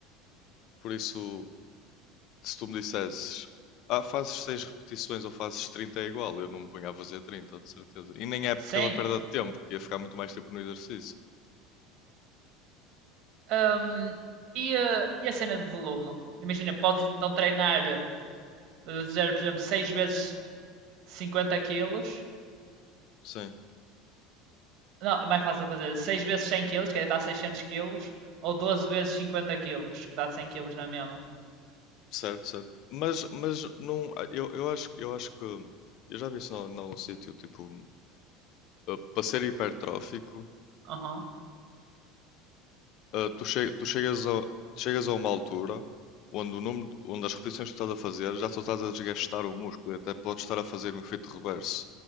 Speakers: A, on the left; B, on the right.
A: por isso, se tu me dissesses, ah, fazes 6 repetições ou fazes 30 é igual, eu não me punha a fazer 30 de certeza. E nem é
B: Sim.
A: pela perda de tempo, que ia ficar muito mais tempo no exercício.
B: Ahm, e, a, e a cena de volume? Imagina, podes então treinar, eh, vou dizer, por exemplo, 6 vezes 50 quilos
A: Sim,
B: Não, é mais fácil fazer 6 vezes 100 quilos, que dá 600 quilos, ou 12 vezes 50 quilos, que dá 100 quilos, não é mesmo?
A: certo, certo. Mas, mas não, ah, eu, eu acho, eu acho que, eu já vi isso em algum sítio, tipo, ah, para ser hipertrófico
B: Aham,
A: ah, tu, che- tu chegas a, chegas a uma altura onde, o número, onde as repetições que estás a fazer já só estás a desgastar o músculo e até podes estar a fazer um efeito reverso